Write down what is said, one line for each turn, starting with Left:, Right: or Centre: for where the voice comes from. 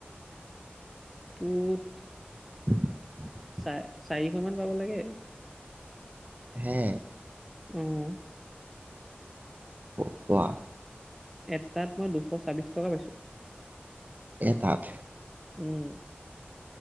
Centre: তোট
Right: <unintelligible>
Centre: চাই চাৰিশ মান পাব লাগে।
Right: হে
Centre: উহ
Right: অ কোৱা?
Centre: এটাত মই দুশ ছাব্বিশ টকা পাইছো।
Right: এটাত।
Centre: উম।